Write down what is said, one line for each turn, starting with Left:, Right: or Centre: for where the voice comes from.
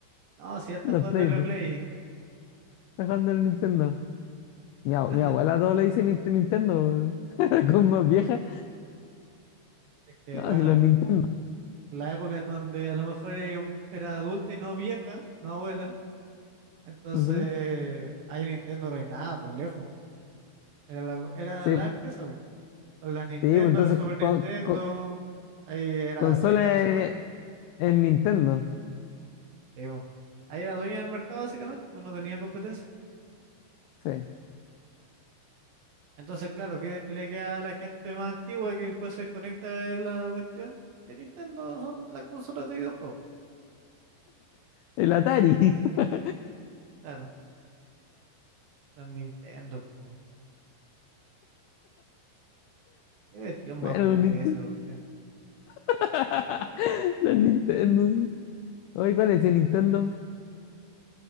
Right: No, si ya está
Left: Los
Right: jugando
Left: Play,
Right: en
Left: está
Right: la Play.
Left: jugando el Nintendo. Mi, ab-
Right: <laughs>
Left: mi abuela todo le dice Ninte- Nintendo, po. <laughs> con más vieja.
Right: Es que
Left: No,
Right: bueno,
Left: si los Nintendo.
Right: la época en donde a lo mejor ella era adulta y no vieja, no abuela. Entonces,
Left: ujú.
Right: ahí Nintendo reinaba por lejos. Era la, era
Left: Sí,
Right: la
Left: po.
Right: empresa, po. Con la Nintendo,
Left: sí, po, entonces
Right: la Super
Left: co-
Right: Nintendo,
Left: co- co-
Right: ahí era
Left: consola
Right: dueña básicamente.
Left: en, en Nintendo.
Right: Sí, po. Ahí era dueña del mercado básicamente, pues no tenía competencia.
Left: Sí.
Right: Entonces, claro, ¿qué, qué le queda a la gente más antigua que después se conecta de la cuestión? Que Nintendo son las consolas de videojuegos.
Left: El Atari. <laughs>
Right: Claro, las Nintendo, po. Qué cuestión más
Left: Bueno,
Right: boomer
Left: los Nintendo.
Right: es esa cuestión.
Left: <laughs> Los Nintendo. sí. Oye, ¿cuál es el Nintendo?